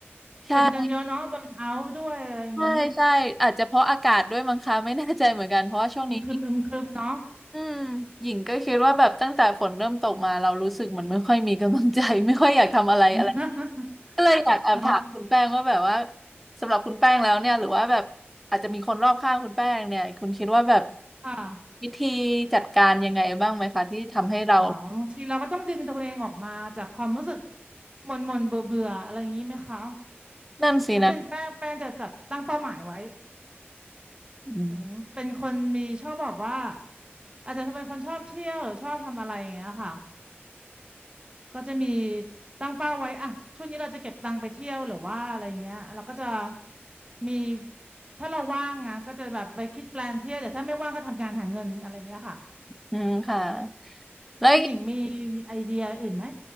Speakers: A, in the centre; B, on the right.
A: ใช่
B: เป็นกันเยอะเนาะเบิร์นเอาท์ด้วยอะไรอย่างนี้
A: ใช่ใช่อาจจะเพราะอากาศด้วยมั้งคะไม่แน่ใจเหมือนกันเพราะว่าช่วงนี้
B: อึมครึมอึมครึมเนาะ
A: อืมหญิงก็คิดว่าแบบตั้งแต่ฝนเริ่มตกมาเรารู้สึกเหมันไม่ค่อยมีกำลังใจ <laughs> ไม่ค่อยอยากทำอะไรอะไร
B: <laughs>
A: ก็เลยอยากแอบถามคุณแป้งว่าแบบว่า
B: เนาะ
A: สำหรับคุณแป้งแล้วเนี่ยหรือว่าแบบอาจจะมีคนรอบข้างคุณแป้งเนี่ยคุณคิดว่าแบบ
B: ค่ะ
A: วิธีจัดการยังไงบ้างไหมคะที่ทำให้เรา
B: หรอบางทีเราก็ต้องดึงตัวเองออกมาจากความรู้สึกหม่นหม่นเบื่อเบื่อๆอะไรอย่างนี้ไหมคะ
A: นั่นสินะ
B: ถ้าเป็นแป้งแป้งจะจับตั้งเป้าหมายไว้
A: อืม
B: ถึงเป็นคนมีชอบแบบว่าอาจจะเป็นคนชอบเที่ยวหรือชอบทำอะไรอย่างเงี้ยค่ะก็จะมีตั้งเป้าไว้อะช่วงนี้เราจะเก็บตังค์ไปเที่ยวหรือว่าอะไรอย่างเงี้ยเราก็จะมีถ้าเราว่างนะก็จะแบบไปคิดแปลนเที่ยวแต่ถ้าไม่ว่างก็ทำงานหาเงินอะไรอย่างเงี้ยค่ะ
A: อืมค่ะแล้ว
B: คุณหญิงมีมีไอเดียอื่นไหม